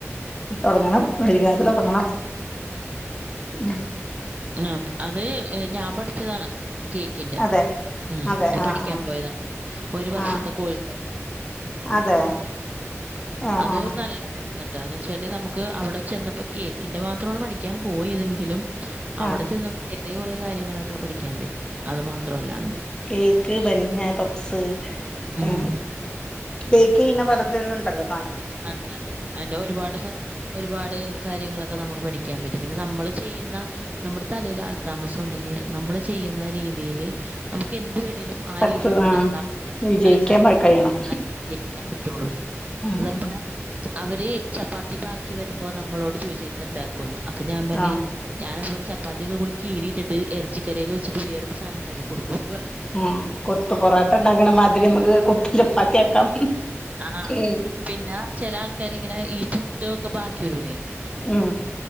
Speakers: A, on the left; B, on the right.
A: തൊടങ്ങണം വൈകാതെ തൊടങ്ങണം. മ്മ്.
B: ഉം അത് ഞാ പഠിച്ചതാണ്. കേക്കിന്റെ
A: അതെ
B: മ്മ്
A: അതെ
B: ഞാൻ
A: ആഹ്
B: പഠിക്കാൻ
A: ആഹ്
B: പോയതാണ് ഒരു വർഷത്തെ
A: ആഹ്
B: കോഴ്സെ.
A: അതെ. ആഹ്
B: അത്
A: ആഹ്
B: നല്ല എന്നിട്ടാന്ന് വെച്ചാല് നമുക്ക് അവിടെ ചെന്നപ്പോ കേക്കിന്റെ മാത്രാണ് പഠിക്കാൻ പോയതെങ്കിലും അവിടെ
A: ആഹ്
B: ചെന്ന് വേറെ കുറെ കാര്യങ്ങളൊക്കെ പഠിക്കാൻ പറ്റി. അത് മാത്രമല്ലാണ്ട്.
A: കേക്ക്, ബന്ന, പപ്സ്
B: ഉം.
A: ആ. ബേക്കെയ്യണ വരദരുണ്ടല്ല.
B: അതെ അതിന്റെ ഒരുപാട് സാ ഒരുപാട് കാര്യങ്ങളൊക്കെ നമുക്ക് പഠിക്കാൻ പറ്റും. പിന്നെ നമ്മള് ചെയ്യുന്ന നമ്മുടെ തലേല് ആൽ താമസം ഉണ്ടെങ്കി നമ്മള് ചെയ്യുന്ന രീതീല് നമുക്ക് എന്ത് വേണെലും ആ
A: സക്സ്
B: രീതീല് ഇണ്ടാക്കാം
A: ആഹ് വിജയിക്കാൻ
B: <unintelligible>
A: പ കഴിയണം
B: ജയിക്കാൻ പറ്റുള്ളൂ.
A: ആഹ്
B: എന്നപ്പോ
A: ആഹ്
B: അവര് ചപ്പാത്തി ബാക്കി വരുമ്പോ നമ്മളോട് ചോദിച്ച് എന്ത് ഉണ്ടാക്കുംന്ന്. അപ്പൊഞാ പറെഞ്
A: ആഹ്
B: ഞാനപ്പോപറഞ് ചപ്പാത്തിയൊക്കെകൂടി കീറിയിട്ടിട്ട് എറച്ചിക്കറിയൊക്കെവെച്ചിട്ട് വേറോരുസാനംഉണ്ടാക്കിടുക്കും.
A: ഉം കൊത്ത് പൊറോട്ടണ്ടകണ മാതിരി നമുക്ക് കൊത്ത ചപ്പാത്തിയാക്കാം.
B: ആഹ്
A: ഉം
B: പിന്നെ ചെല ആൾക്കാരിങ്ങനെ ഈ പുട്ട് ഒക്കെ ബാക്കി വരുലേ
A: ഉം